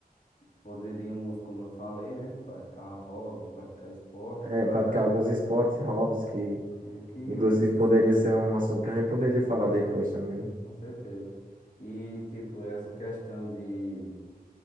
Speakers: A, on the left; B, on the right.
A: Poderíamos, como eu falei, né? Praticar hobbies, praticar esporte
B: É,
A: para
B: praticar alguns esportes, hobbies que,
A: o que
B: inclusive, poderia
A: saia,
B: ser um assunto que a gente poderia falar depois também.
A: com certeza. E, tipo, essa questão de,